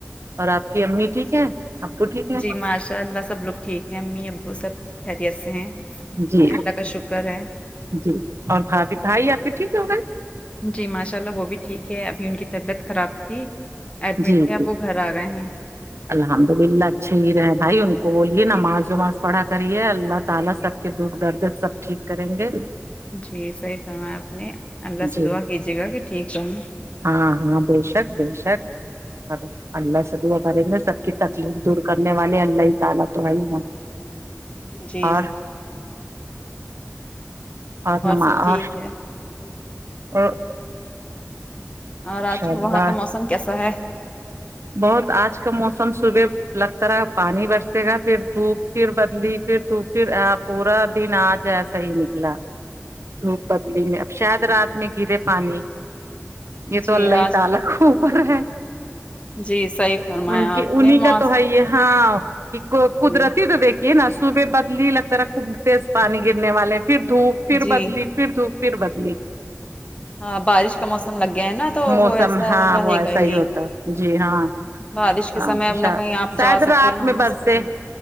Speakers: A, on the right; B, on the left.
A: اور آپ کی امی ٹھیک ہے ابو ٹھیک ہے
B: جی ماشاء اللہ سب لوگ ٹھیک ہیں امی ابو سب خیریت سے ہیں
A: جی
B: اللہ کا شکر ہے
A: جی اور بھا بھی بھائی آپ کے ٹھیک ہو گئے
B: جی ماشاء اللہ وہ بھی ٹھیک ہے ابھی ان کی طبیعت خراب تھی ایڈمٹ
A: جی
B: تھے اب
A: جی
B: وہ گھر آ گئے ہی <unintelligible>
A: الحمد للہ اچھے ہی رہے بھائی ان کو بولیے نماز وماز پڑھا کریے اللہ تعالی سب کے دکھ درد سب ٹھیک کریں گے
B: جی صحیح فرمایا آپ نے اللہ سے
A: جی
B: دعا کیجیے گا کہ ٹھیک رہوں
A: ہاں ہاں بے شک بے شک ا اللہ سے دعا کریں گے سب کی تکلیف دور کرنے والے اللہ تعالی تو ہے ہی نا
B: جی
A: اور اور نماش
B: سب ٹھیک ہے
A: او
B: اور آج کل
A: اللہ
B: وہاں کا موسم کیسا ہے
A: بہت آج کا موسم صبح لگتا رہا پانی برسے گا پھر دھوپ پھر بدلی پھر دھوپ پھر آپ پورا دن آج ایسا ہی نکلا دھوپ بدلی میں اب شاید رات میں گرے پانی
B: جی
A: یہ تو الله
B: آج
A: تعالی کے اوپر ہے
B: جی صحیح فرمایا
A: ان کے
B: آپ
A: انہیں
B: نے موسم
A: کا تو ہے یہ ہاں کہ قدرتی
B: جی
A: تو دیکھ یہ نا صبح بدلی لگتا رہا خوب تیز پانی گرنے والے پھر دھوپ پھر
B: جی
A: بدلی پھر دھوپ پھر بدلی
B: ہاں بارش کا موسم لگ گیا ہے نا تو
A: موسم
B: وہ ایسا
A: ہاں
B: رہے
A: وہ ایسا
B: گا ہی
A: ہوتا جی ہاں
B: بارش کے
A: ہاں
B: سمے ا
A: شا
B: نہ کہیں آپ
A: شاید
B: جا سکتے
A: رات
B: نہ
A: میں
B: آ
A: برسے
B: سکتے